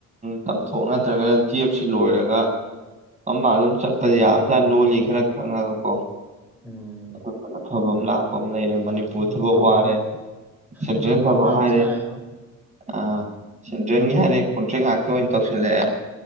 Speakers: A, on the right; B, in the centre.
A: ꯇꯝꯊꯣꯛ ꯅꯠꯇ꯭ꯔꯒ ꯇꯨꯌꯦꯐ ꯁꯤ ꯂꯣꯏꯔꯒ ꯒ ꯑꯝꯕ ꯑꯗꯨꯝ ꯆꯠꯄꯗ ꯌꯥꯕꯖꯥꯠꯅꯤ ꯂꯣꯜ ꯂꯤ ꯈꯔ ꯈꯪꯉꯒꯀꯣ
B: ꯎꯝ
A: ꯑꯗꯨꯒꯝꯕꯅ ꯐꯕ ꯑꯃ ꯂꯥꯛꯄ ꯑꯃ ꯂꯩꯔꯦ ꯃꯅꯤꯄꯨꯔ
B: ꯑꯗꯨꯅ
A: ꯊꯕꯛ
B: ꯐꯕ
A: ꯋꯥꯔꯦ ꯁꯦꯟꯇ꯭ꯔꯦꯜ
B: ꯑꯗꯨꯅ
A: ꯊꯥꯕꯛ
B: ꯐꯕ ꯌꯥꯝ
A: ꯍꯥꯏꯔꯦ
B: ꯊꯤ ꯂꯥꯛꯑꯦꯕꯣ
A: ꯑ ꯁꯦꯟꯇ꯭ꯔꯦꯟꯒꯤ ꯍꯥꯏꯔꯦ ꯀꯣꯟꯇ꯭ꯔꯦꯛ ꯉꯥꯛꯇ ꯑꯣꯏꯅ ꯇꯧꯁꯤꯜꯂꯛꯑꯦ